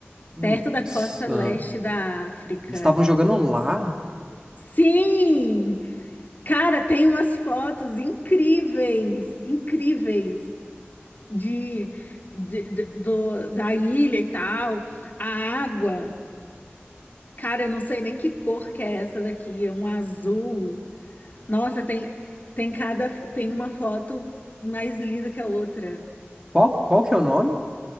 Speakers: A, on the right; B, on the left.
A: Nossa.
B: perto da costa leste da África.
A: Eles estavam jogando lá?
B: Sim! Cara, tem umas fotos incríveis, incríveis. de, de- de- do, da ilha e tal. A água, cara, eu não sei nem que cor que é essa daqui, é um azul. Nossa, tem tem cada tem uma foto mais linda que a outra.
A: Qual, qual que é o nome?